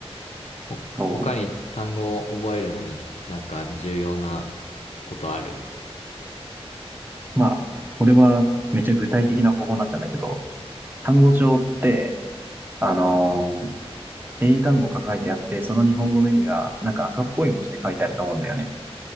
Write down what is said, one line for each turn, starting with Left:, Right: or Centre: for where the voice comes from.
Left: ほ、
Right: と、
Left: 他に単語を覚えるのに、なんか重要なことある
Right: まあ、これはめっちゃ具体的な方法になっちゃうんだけど、単語帳って、あのー英単語が書いてあって、その日本語の意味が、なんか赤っぽい文字で書いてあると思うんだよね。